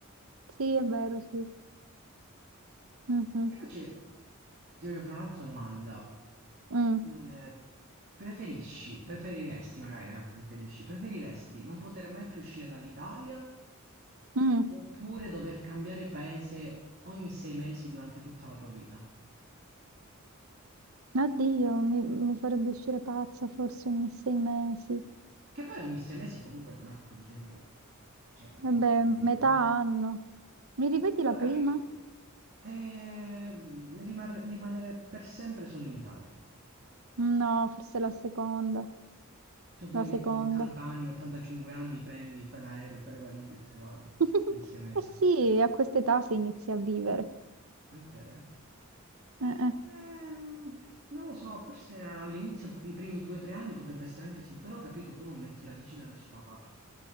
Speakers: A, on the right; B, on the right.
A: Sì, è vero,
B: capito?
A: sì. Mhm,
B: Io invece ti voglio fare un'altra domanda.
A: mm,
B: Eh, preferisci, preferiresti magari, no, preferisci, preferiresti non poter mai più uscire dall'Italia
A: mm.
B: oppure dover cambiare paese ogni sei mesi durante tutta la tua vita?
A: Oddio, mi, mi farebbe uscire pazza forse ogni sei mesi.
B: Che poi ogni sei mesi comunque è un arco di tempo, cioè, lungo
A: Vabbè,
B: alla fine,
A: metà
B: eh.
A: anno. Mi ripeti la
B: Però ho capito,
A: prima?
B: ehm, rimar- rimanere per sempre solo in Italia.
A: No, forse la seconda.
B: Tu quindi
A: La seconda.
B: a 80 anni, 85 anni prendi, fai l'aereo, fai le valigie e te ne vai
A: <laughs>
B: in sei mesi.
A: Eh sì, a questa età si inizia a vivere.
B: È vero. Ehm,
A: Eh, eh.
B: non lo so, forse all'inizio, i primi due o tre anni potrebbe essere anche sì, però ho capito, tu non metti radici da nessuna parte.